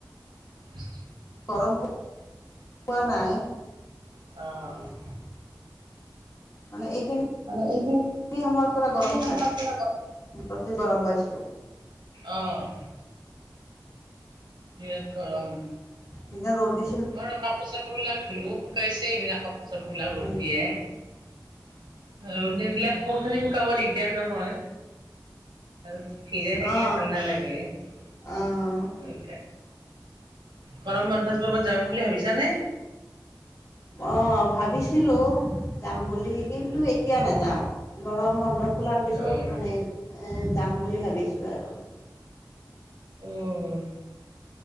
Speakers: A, on the right; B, on the left.
A: ঊচি
B: গৰম পো-পোৱা নাই।
A: অহ'।
B: মানে এই খিন-নিৰ
A: মানে এইখিনি
B: সময়ৰ পৰা গৰম
A: এই সময়ৰ
B: পোৱা,
A: পৰা গৰম।
B: তে গৰম পাইছো।
A: অহ'। বিৰাত গৰম।
B: পি নে ৰ'টি
A: আম কাপোৰ-চাপোৰ বিলাক ধুলোও শুকাইছে এইবিলাক কাপ কাপোৰ -চাপোৰ বিলাক ৰ'দ
B: অ
A: দিয়াই। ৰ'দ নিদিলে ক খিনি শুকাব দিগদাৰ নহয়। আৰু ভিজাই থাকিলে
B: অ
A: ভাল নালাগে। এ
B: অ অ
A: গৰম বন্ধত কৰবাত যাব বুলি ভাবিছা নে?
B: অ ভাবিছিলো যাম বুলি কিন্তু এতিয়া
A: উম,
B: নাযাওঁ গৰম বন্ধ খোলাৰ পিছত
A: অ',
B: মানে যাম বুলি ভাবিছোঁ আৰু।
A: অ'।